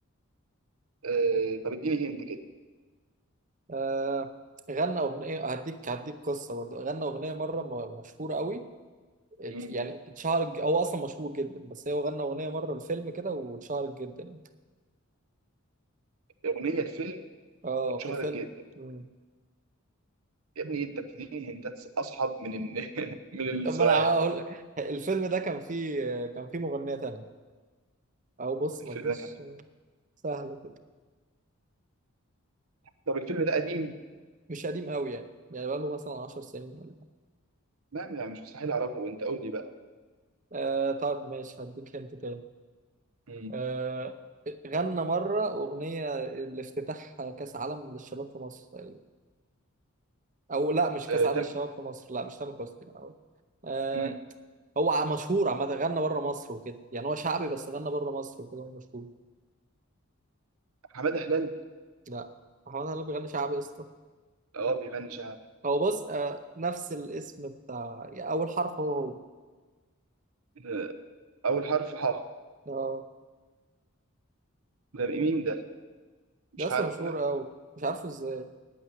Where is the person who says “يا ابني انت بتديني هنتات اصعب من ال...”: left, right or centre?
Right